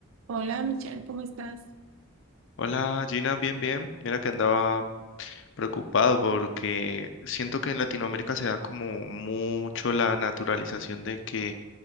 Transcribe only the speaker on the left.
Hola Gina, bien, bien. Mira que andaba preocupado porque siento que en Latinoamérica se da como mucho la naturalización de que